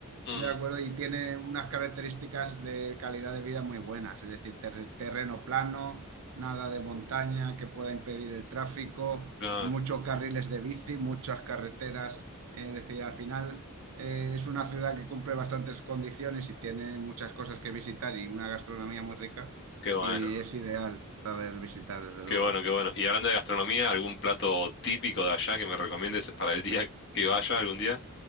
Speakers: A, on the left (about 55°); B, on the right (about 70°).
A: Mm,
B: ¿de acuerdo? Y tiene unas características de calidad de vida muy buenas, es decir, ter- terreno plano, nada de montaña que pueda impedir el tráfico
A: claro.
B: muchos carriles de bici, muchas carreteras. eh, Es decir, al final eh, es una ciudad que cumple bastantes condiciones y tiene muchas cosas que visitar y una gastronomía muy rica.
A: Qué bueno.
B: Y es ideal saber visitar, desde
A: Qué
B: luego.
A: bueno, qué bueno. Y hablando de gastronomía, ¿algún plato típico de allá que me recomiendes para el día que vaya algún día?